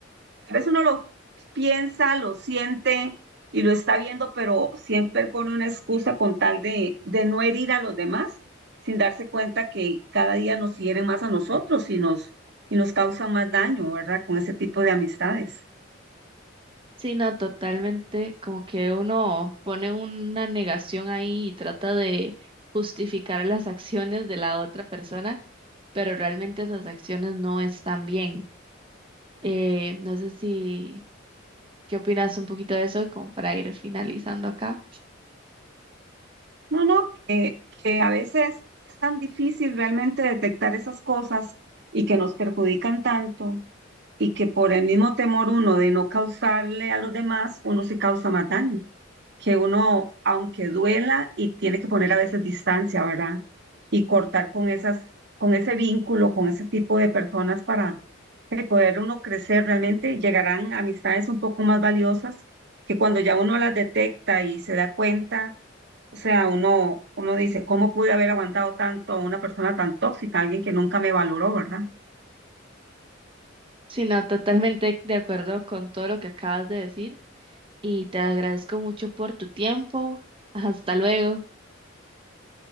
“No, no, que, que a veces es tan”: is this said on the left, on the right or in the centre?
Right